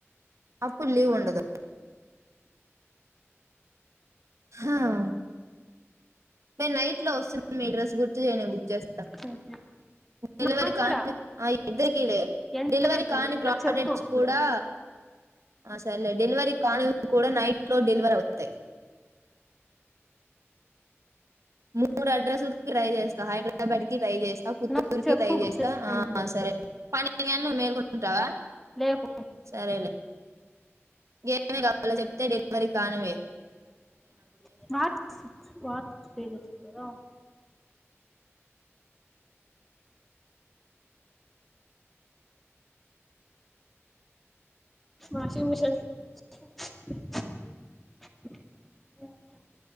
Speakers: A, on the right; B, in the centre.
A: అప్పుడ్ లీవుండదు. హ. మె నైట్లొ వస్తుంది మె డ్రస్సు గుర్తుజెయ్ నాక్ బుక్ చేస్త
B: సరే.
A: డెలివరీ
B: నాకు
A: కానీ
B: కూడా
A: అ ఇద్దరికి గద
B: ఎంత
A: డెలివరి
B: పెట్టాలి
A: కాని ప్రాడక్ట్స్
B: నాకు చెప్పు అప్పుడు
A: కూడా అ సర్లె డెలివరి కానివ్ కూడ నైట్లొ డెలివరౌతాయ్. మూడడ్రస్లకి ట్రై జేస్త హైడ్రాబాడ్ కి ట్రై జేస్తా పుత్తూర్కి
B: నాకు చెప్పు
A: ట్రై
B: బుక్
A: జేస్తా
B: చేసే
A: ఆ
B: ముందు
A: సరే పని <unintelligible> టావ
B: లేవు
A: సరేలె. ఏమేమ్ కావాలో చెప్తే డె మరి కానివ్వె.
B: <unintelligible> Washing machine. <unintelligible>